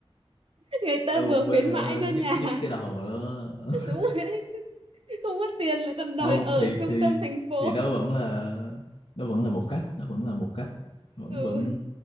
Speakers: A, on the right (about 65°); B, on the left (about 75°).
A: người ta
B: ra vùng
A: vừa
B: ven
A: khuyến mãi
B: là hơi
A: cho nhà
B: nhức
A: <laughs>
B: nhức cái đầu đó <laughs>
A: đúng rồi đấy không có tiền lại còn đòi
B: không
A: ở
B: thì
A: trung
B: thì
A: tâm thành phố
B: thì đó vẫn là đó vẫn là một cách đó vẫn là một cách vẫn
A: <laughs> ừ.
B: vẫn